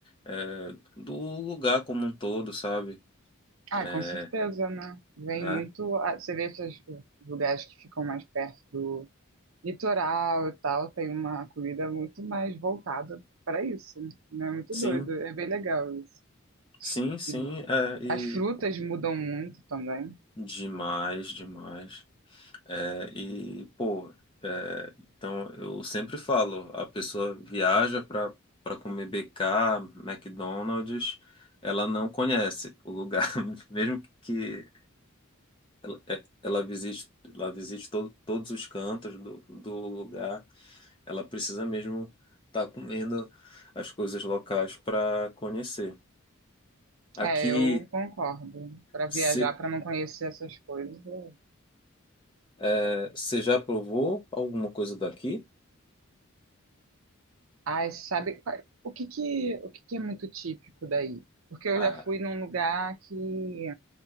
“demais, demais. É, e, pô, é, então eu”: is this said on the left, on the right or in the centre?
Left